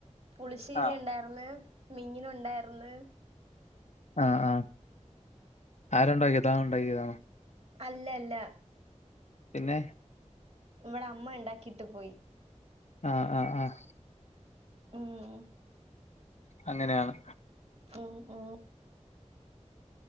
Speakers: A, on the right; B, on the left.
A: പുളിശ്ശേരി
B: ആഹ്
A: ഉണ്ടാർന്ന് മീനുണ്ടാർന്ന് <inaudible>
B: ആ.. ആ ആരുണ്ടാക്യയെ തനുണ്ടാക്കിയതാണോ.
A: അല്ലയല്ല
B: പിന്നെ?
A: നമ്മളെ അമ്മ ഉണ്ടാക്കിട്ട് പോയി
B: ആ. ആ.. ആഹ്
A: ഊം..
B: അങ്ങനെആണ്
A: അ ആ